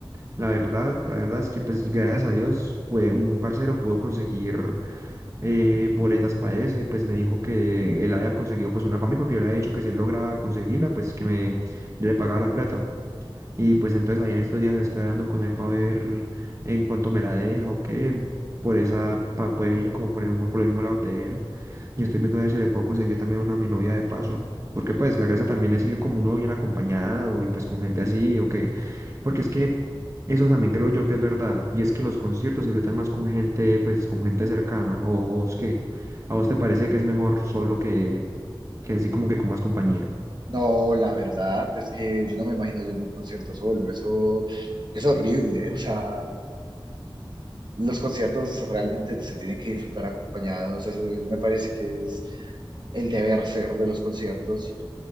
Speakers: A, on the right; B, on the right.
A: la verdad, la verdad es que, pues, gracias a Dios, fue un parcero pudo conseguir eh, boletas para eso y pues me dijo que él había conseguido pues una para mí porque yo le había dicho que si él lograba conseguirla pues que me yo le pagaba la plata y pues entonces ahí en estos días estoy hablando con él para ver en cuánto me la deja o qué por esa para poder ir como por el mismo por el mismo lado de él y estoy viendo a ver si le puedo conseguir también una a mi novia de paso porque pues la gracia también es ir como uno bien acompañado y pues con gente así o porque es que eso también creo yo que es verdad, y es que los conciertos se disfrutan más con gente, pues con gente cercana, o vos que, a vos te parece que es mejor solo que, que así como que con más compañía.
B: No, la verdad es que yo no me imagino yo en un concierto solo, eso es horrible, o sea, los conciertos realmente se tienen que disfrutar acompañados, eso me parece que es el deber ser de los conciertos,